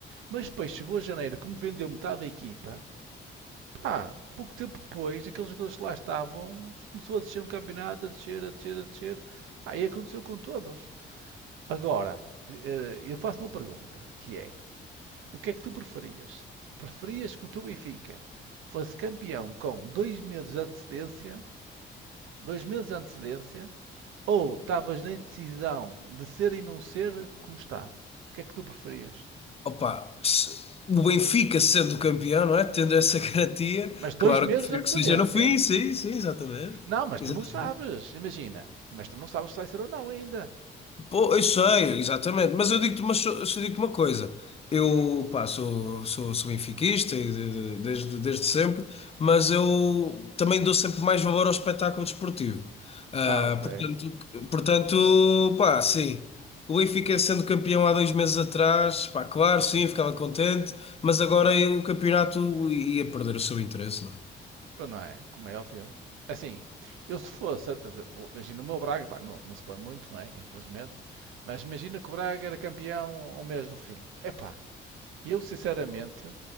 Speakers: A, on the right; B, on the left.
A: mas depois chegou a janeiro, como vendeu metade da equipa, pá, pouco tempo depois, aqueles jogadores que lá estavam, começou a descer no campeonato, a descer, a descer, a descer. Pá, e aconteceu com todos. Agora, eh, eh, eu faço uma pergunta, que é, O que é que tu preferias? Preferias que o teu Benfica fosse campeão com dois meses de antecedência, dois meses de antecedência, ou estavas na indecisão de ser e não ser como está? O que é que tu preferias?
B: Opa, se- o Benfica sendo campeão, não é? Tendo essa <laughs> garantia,
A: Mas dois
B: claro
A: meses
B: que prefiro
A: de antecedência.
B: que seja no fim, sim, sim, exatamente.
A: Não, mas
B: Exatamente.
A: tu não sabes, imagina. Mas tu não sabes se vai ser ou não ainda.
B: Pô, eu sei, exatamente, mas eu digo-te uma, so- só digo-te uma coisa. Eu, pá, sou, sou, sou benfiquista e de- de- desde, desde sempre, mas eu também dou sempre mais valor ao espetáculo desportivo. Ah,
A: Ah, ok.
B: portanto, portanto, pá, sim. O Benfica sendo campeão há dois meses atrás, pá, claro, sim, ficava contente, mas agora o campeonato ia perder o seu interesse, não é?
A: para não é, como é óbvio. Assim, eu se fosse, imagina o meu Braga, pá, não, não se põe muito, não é? Infelizmente. Mas imagina que o Braga era campeão um mês do fim. Epá, Eu, sinceramente,